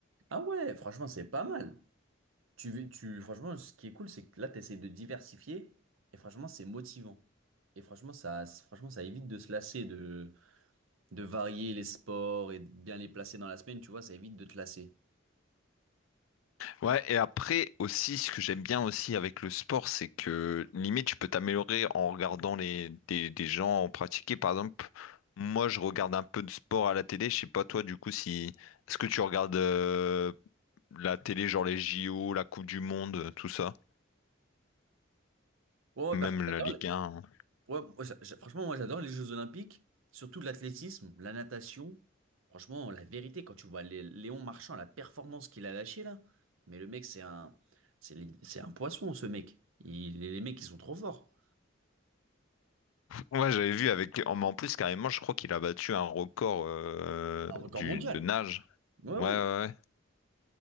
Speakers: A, on the right; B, on the left.
A: Ah ouais, franchement, c'est pas mal. Tu, veux- tu, franchement, ce qui est cool, c'est que là, tu essaies de diversifier. Et franchement, c'est motivant. Et franchement, ça, franchement, ça évite de se lasser de varier les sports et de bien les placer dans la semaine, tu vois, ça évite de te lasser.
B: Ouais, et après aussi, ce que j'aime bien aussi avec le sport, c'est que limite, tu peux t'améliorer en regardant les, des, des gens en pratiquer. Par exemple, moi, je regarde un peu de sport à la télé. Je sais pas, toi, du coup, si... Est-ce que tu regardes euh, la télé, genre les JO, la Coupe du Monde, tout ça?
A: Ouais, moi,
B: Même
A: perso, j'adore
B: la Ligue
A: les-
B: 1. hein.
A: ouais, moi, j'a- j'a- franchement, moi, j'adore les Jeux Olympiques, surtout l'athlétisme, la natation. Franchement, la vérité, quand tu vois Lé- Léon Marchand, la performance qu'il a lâchée là, mais le mec, c'est un, c'est li- c'est un poisson, ce mec. Il, les les mecs, ils sont trop forts.
B: Ouais, j'avais vu avec... En, en plus, carrément, je crois qu'il a battu un record euh,
A: Un record
B: du,
A: mondial.
B: de nage.
A: Ouais,
B: Ouais,
A: ouais.
B: ouais, ouais.